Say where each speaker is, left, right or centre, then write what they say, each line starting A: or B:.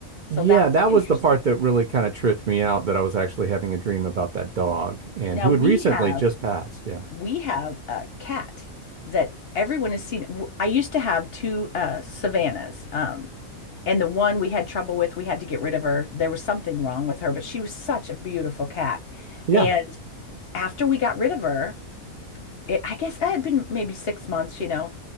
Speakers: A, on the left (about 55°); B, on the right (about 65°).
A: So
B: Yeah,
A: that was
B: that
A: interesting.
B: was the part that really kind of tripped me out that I was actually having a dream about that dog and
A: Now
B: who
A: we
B: had recently
A: have
B: just passed. Yeah.
A: we have a cat that everyone has seen. W- I used to have two uh Savannahs. Um and the one we had trouble with, we had to get rid of her. There was something wrong with her, but she was such a beautiful cat.
B: Yeah.
A: And after we got rid of her, it, I guess it had been maybe six months, you know,